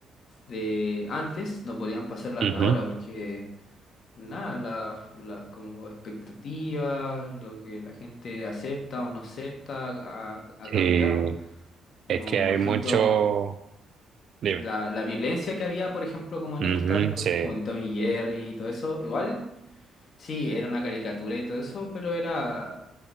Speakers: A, on the left (about 55°); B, on the right (about 60°).
A: de antes no podían pasar las
B: Ujú.
A: de ahora porque nada, las, las como expectativas, lo que la gente acepta o no acepta ha, ha
B: Sí,
A: cambiado. Como
B: es que hay
A: por
B: mucho...
A: ejemplo
B: Dime.
A: la, la violencia que había, por ejemplo, como en
B: Ujú,
A: estas cosas
B: sí.
A: como en Tommy Jerry y todo, igual, sí, caricatura y todo eso era